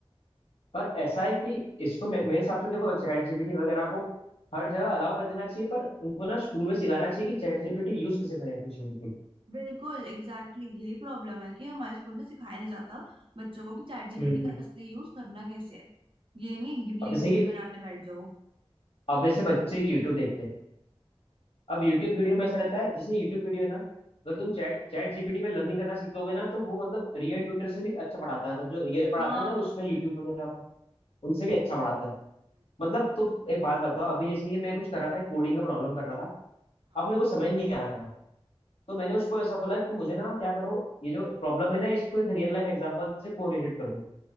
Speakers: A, on the left; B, on the right.
A: पर ऐसा है कि इसको मे, मेरे हिसाब से देखो चैट जीपीटी वगैरह को हर जगह अलाउ कर देना चाहिए पर उनको ना स्कूल में सिखाना चाहिए कि चैट जीपीटी यूज कैसे करें अपने जीवन पे
B: बिल्कुल एग्जैक्टली exactly, यही प्रॉब्लम है कि हमारे स्कूल में सिखाया नहीं जाता बच्चों को कि चैट जीपीटी
A: हम्म
B: का असली यूज करना कैसे है ये नहीं गिबली
A: अब जैसे
B: विबली
A: कि
B: बनाने बैठ जाओ
A: अब जैसे बच्चे यूट्यूब देखते हैं अब यूट्यूब वीडियो में ऐसा रहता है जैसे यूट्यूब वीडियो है ना अगर तुम चैट चैट जीपीटी पे लर्निंग करना सीखोगे ना तो वो मतलब रियल ट्यूटर से भी अच्छा पढ़ाता है मतलब जो रियल पढ़ाते
B: हाँ
A: हैं ना उस पे यूट्यूब वगैरह पे उनसे भी अच्छा पढ़ाता है
B: बिल्कुल,
A: मतलब तुम एक बात बताओ अभी जैसे ये मैं कुछ कर रहा था कोडिंग का प्रॉब्लम कर रहा था
B: हाँ।
A: अब मेरे को समझ नहीं आ रहा था तो मैंने उसको ऐसा बोला कि मुझे ना क्या करो ये जो प्रॉब्लम है ना इसको एक रियल लाइफ एग्जांपल से कोरिलेट कर दो